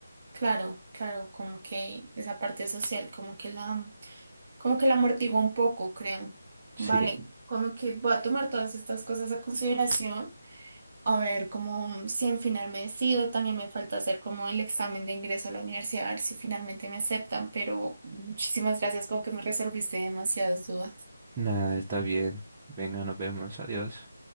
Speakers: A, on the right (about 40°); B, on the right (about 20°).
A: Claro, claro, como que esa parte social, como que la, como que la amortigua un poco, creo.
B: Sí,
A: Vale, como que voy a tomar todas estas cosas a consideración, a ver como si en final me decido, también me falta hacer como el examen de ingreso a la universidad, a ver si finalmente me aceptan, pero muchísimas gracias, como que me resolviste demasiadas dudas.
B: Nada, está bien. Venga, nos vemos. Adiós.